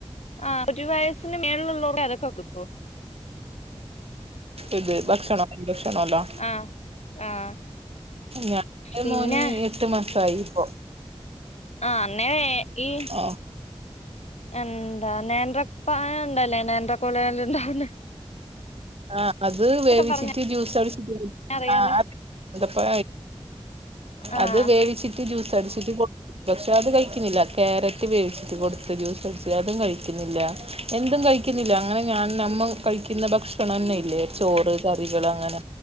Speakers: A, on the left (about 85°); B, on the right (about 65°).
A: ആഹ് ഒരു വയസ്സിന് മേളിലുള്ളവർക്കെ അതൊക്കെ കൊടുക്കു
B: ഇത് ഭക്ഷണം <unintelligible> ക്കണല്ലോ
A: ആഹ് ആഹ്
B: ഞാൻ ഇന്റെ
A: പിന്നെ
B: മോന് എട്ടു മാസായിപ്പോ
A: ആഹ് അന്നേരം ഈ
B: ആഹ്
A: എന്താ നേന്ത്രപഴം ഇണ്ടല്ലേ നേന്തക്കൊലയിൽ ഇണ്ടാവുന്നേ
B: ആഹ് അത് വേവിച്ചിട്ട്
A: പറഞ്ഞ
B: ജ്യൂസ് അടിച്ചിട്ട്
A: അറിയാലേ
B: ആ അപ്പ
A: ആഹ്
B: അത് വേവിച്ചിട്ട് ജ്യൂസ് അടിച്ചിട്ട് കൊട് പക്ഷെ അത് കഴിക്കുന്നില്ല ക്യാരറ്റ് വേവിച്ചിട്ട് കൊടുത്ത ജ്യൂസ് അടിച്ച് അതും കഴിക്കുന്നില്ല എന്തും കഴിക്കുന്നില്ല അങ്ങനെ ഞാൻ നമ്മൾ കഴിക്കുന്ന ഭക്ഷ ണന്നെ ഇല്ലേ ചോറ് കറികൾ അങ്ങനെ